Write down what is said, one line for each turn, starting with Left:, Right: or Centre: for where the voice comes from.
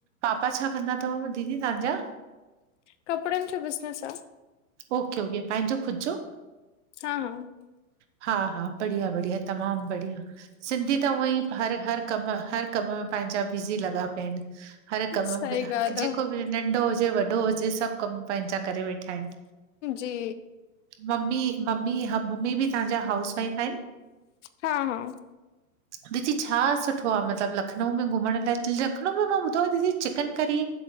Right: पापा छा कंदा थव? दीदी तांजा
Left: कपड़नि जो बिज़नस आ।
Right: ओके ओके पंहिंजो खुद जो?
Left: हा हा
Right: हा हा बढ़िया बढ़िया तमामु बढ़िया सिंधी त हूअ ईं हर हर कम हर कम में। पंहिंजा बिज़ी लॻा पिया आहिनि हर कम
Left: सही
Right: में
Left: ॻाल्हि
Right: जेको
Left: आहे
Right: बि नंढो हुजे वॾो हुजे सभु कमु पंहिंजा करे वेठा आहिन
Left: जी
Right: मम्मी मम्मी हम- मम्मी बि तव्हां जा हाउस वाइफ आहिन?
Left: हा हा
Right: दीदी छा सुठो आ मतिलब लखनऊ में घुमण लाइ? ज लखनऊ में मां ॿुधो आहे दीदी चिकनकरी